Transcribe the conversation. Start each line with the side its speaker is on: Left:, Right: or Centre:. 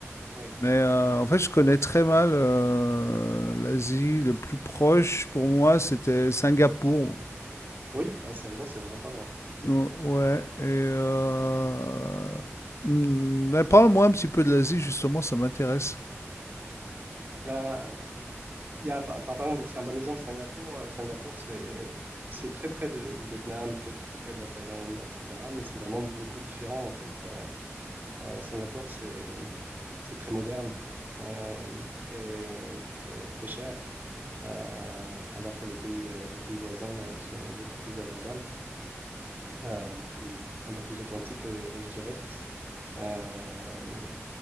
Right: ouais.
Left: Mais euh, en fait, je connais très mal euh, l'Asie. Le plus proche pour moi, c'était Singapour.
Right: Oui, à Singapour, c'est vraiment pas loin.
Left: Ou- Ouais. Et euh, hmm, mais parle-moi un petit peu de l'Asie, justement, ça m'intéresse.
Right: Là. Il y a, par, par- par exemple, c'est un bon exemple, Singapour. Euh, Singapour, c'est c'est très près de- du Vietnam, près- très près de la Thaïlande, etc. Mais c'est vraiment beaucoup différent, en fait. Euh, euh, Singapour, c'est c'est très moderne, euh, très, très, très cher, euh, alors que les pays, euh, les pays voisins sont beaucoup plus abordables, euh, plus, un peu plus authentiques, euh, je dirais. Euh,